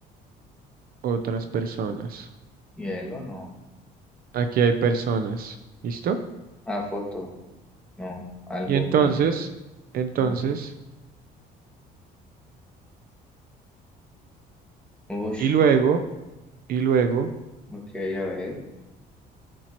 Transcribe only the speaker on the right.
otras personas.
Aquí hay personas. ¿Listo?
Y entonces,
entonces,
y luego, y luego,